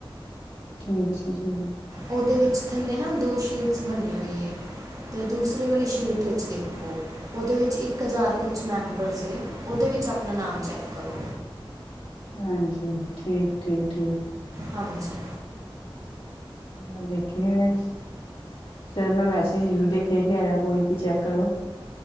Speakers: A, on the left; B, on the right.
A: ਠੀਕ ਜੀ, ਠੀਕ।
B: ਓਦੇ ਵਿੱਚ ਥੱਲੇ ਨਾ, ਦੋ ਸ਼ੀਟਸ ਬਨੀਆਂ ਹੋਈਆਂ। ਤੇ ਦੂਸਰੇ ਵਾਲੀ, ਸ਼ੀਟ ਵਿੱਚ ਦੇਖੋ। ਉਹਦੇ ਵਿੱਚ ਇੱਕ ਹਜ਼ਾਰ ਕੁਛ ਮੈਂਬਰਸ ਨੇ। ਉਹਦੇ ਵਿੱਚ ਆਪਣਾ ਨਾਮ ਚੈਕ ਕਰੋ।
A: ਹਾਂਜੀ, ਠੀਕ -ਠੀਕ, ਠੀਕ।
B: ਹਾਂਜੀ।
A: ਮੈਂ ਦੇਖਿਆ, ਸਵੇਰ ਨਾ ਮੈਸੇਜ ਜ਼ਰੂਰ ਦੇਖਿਆ, ਕਿ ਆਇਆ ਕੋਈ, ਕਿ ਚੈੱਕ ਕਰੋ।